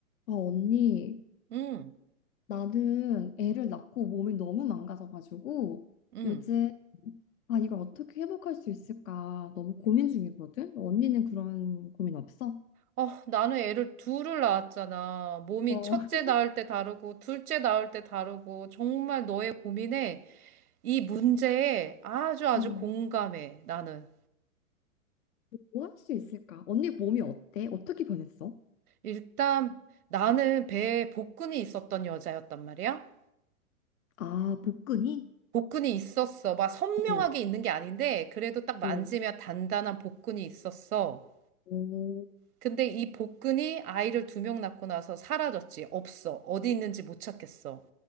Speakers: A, on the left; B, on the right.
A: 아, 언니,
B: 응,
A: 나는 애를 낳고 몸이 너무 망가져가지고
B: 응.
A: 요즘 아, 이걸 어떻게 회복할 수 있을까 너무 고민 중이거든? 언니는 그런 고민 없어?
B: 어, 나는 애를 둘을 낳았잖아. 몸이
A: 어,
B: 첫째
A: <laughs>
B: 낳을 때 다르고, 둘째 낳을 때 다르고, 정말 너의 고민에, 이 문제에 아주 아주
A: 음.
B: 공감해, 나는.
A: 뭐 할 수 있을까? 언니 몸이 어때? 어떻게 변했어?
B: 일단, 나는 배에 복근이 있었던 여자였단 말이야.
A: 아, 복근이?
B: 복근이 있었어. 막 선명하게
A: 오,
B: 있는 게 아닌데, 그래도 딱 만지면
A: 오,
B: 단단한 복근이 있었어.
A: 오.
B: 근데 이 복근이 아이를 두 명 낳고 나서 사라졌지. 없어. 어디 있는지 못 찾겠어.